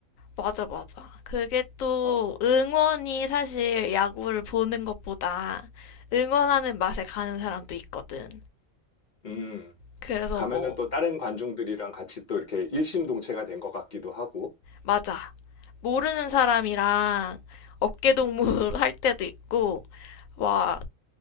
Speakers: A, on the left; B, on the left.
A: 맞아, 맞아. 그게 또
B: 어,
A: 응원이 사실 야구를 보는 것보다 응원하는 맛에 가는 사람도 있거든.
B: 음,
A: 그래서
B: 가면은
A: 뭐
B: 또 다른 관중들이랑 같이 또 이렇게 일심동체가 된 것 같기도 하고,
A: 맞아. 모르는
B: 어,
A: 사람이랑 어깨동무 <laughs> 할 때도 있고, 와,